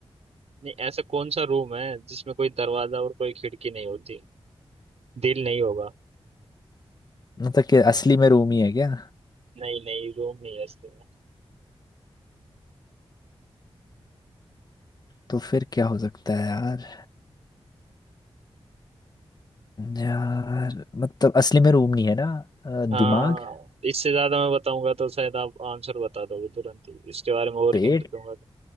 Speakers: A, on the right (about 85°); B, on the left (about 40°).
A: नहीं ऐसा कौन सा रूम है जिसमें कोई दरवाजा और कोई खिड़की नहीं होती दिल नहीं होगा
B: मतलब कि असली में रूम ही है क्या
A: नहीं नहीं रूम नहीं है इसके में
B: तो फिर क्या हो सकता है यार यार मतलब असली में रूम नहीं है ना अ,
A: हाँ
B: दिमाग
A: इससे ज्यादा मैं बताऊंगा तो शायद आप आंसर बता दोगे तुरंत ही इसके बारे में और
B: पेट
A: हिंट दूंगा